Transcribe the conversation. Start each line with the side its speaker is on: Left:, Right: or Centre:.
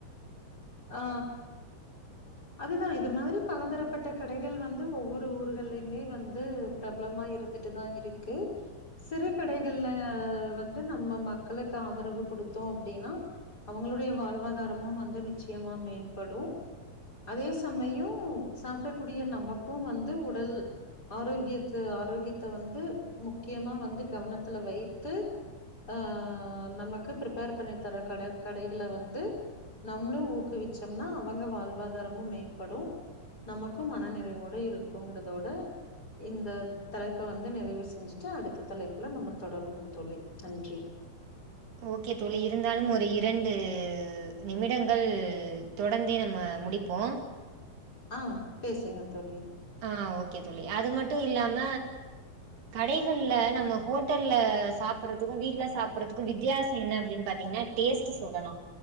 Left: ஆ அதுதா இது மாதிரி பலதரப்பட்ட கடைகள் வந்து ஒவ்வொரு ஊர்கள்லயுமே வந்து பிரபலமா இருந்துட்டுதா இருக்கு சிறு கடைகள்ல வந்து நம்ம மக்களுக்கு ஆதரவு கொடுத்தோ அப்டின்னா அவங்களுடைய வாழ்வாதாரமும் வந்து நி நிச்சயமா மேம்படு அதே சமயம் சாப்பிடக்கூடிய நமக்கும் வந்து உடல் ஆரோக்கியத்த ஆரோக்கியத்த வந்து முக்கியமா வந்து கவனத்துல வைத்து ஆ நமக்கு பிர்ப்பேர் பண்ணி தர கட கடைகளை வந்து நம் நம்ளு ஊக்குவிச்சோம்னா அவங்க வாழ்வாதாரமும் மேம்படு நமக்கும் மன நிறைவோட இருக்குங்கறதோட இந்த தலைப்ப வந்து நிறைவு செஞ்சுட்டு அடுத்த தலைப்புல நம்ம தொடருவோம் தோழி நன்றி
Right: ஓகே தோழி இருந்தாலு ஒரு இரண்டு நிமிடங்கள் தொடர்ந்தே நம்ம முடிப்போ
Left: ஆ பேசுங்க தோழி
Right: ஆ ஓகே தோழி அது மட்டும் இல்லாம கடைகள்ல நம்ம ஹோட்டல்ல சாப்பிடுறதுக்கு வீட்ல சாப்படுறதுக்கு வித்தியாசம் என்ன அப்டின்னு பாத்தீங்கன்னா டேஸ்ட் சொல்லலா